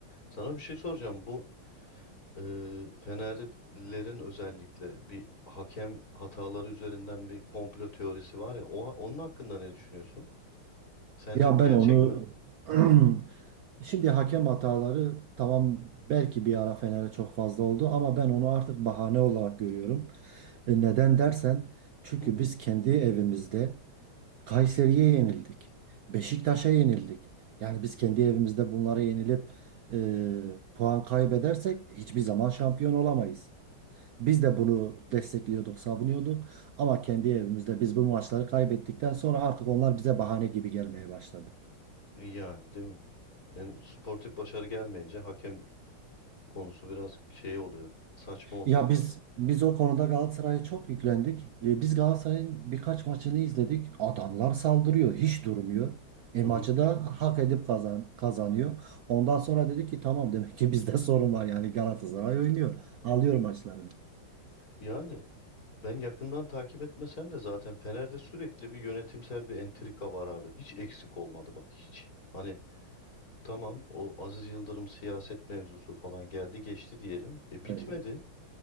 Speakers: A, on the left; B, on the right.
A: Sana bir şey soracağım. Bu e, Fenerlilerin özellikle bir hakem hataları üzerinden bir komplo teorisi var ya. O, onun hakkında ne düşünüyorsun? Sence
B: Ya
A: bu gerçek
B: ben onu
A: mi?
B: <clears throat> Şimdi hakem hataları tamam belki bir ara Fener'e çok fazla oldu ama ben onu artık bahane olarak görüyorum. E, Neden dersen çünkü
A: Hı hı.
B: biz kendi evimizde Kayseri'ye yenildik. Beşiktaş'a yenildik. Yani biz kendi evimizde bunlara yenilip e, puan kaybedersek hiçbir zaman şampiyon olamayız. Biz de bunu destekliyorduk, savunuyorduk ama kendi evimizde biz bu maçları kaybettikten sonra artık onlar bize bahane gibi gelmeye başladı.
A: Yani değil mi? Yani sportif başarı gelmeyince hakem konusu biraz şey oluyor. Saçma oluyor.
B: Ya biz biz o konuda Galatasaray'a çok yüklendik. E, biz Galatasaray'ın birkaç maçını izledik. Adamlar saldırıyor, hiç durmuyor. E
A: Hı
B: maçı
A: hı.
B: da hak edip kazan, kazanıyor. Ondan sonra dedik ki tamam demek ki bizde <laughs> sorun var yani Galatasaray oynuyor. Alıyor maçlarını.
A: Yani Ben yakından takip etmesem de zaten Fener'de sürekli bir yönetimsel bir entrika var abi. Hiç eksik olmadı bak hiç. Hani tamam o Aziz Yıldırım siyaset mevzusu falan geldi geçti diyelim. E bitmedi.
B: Evet.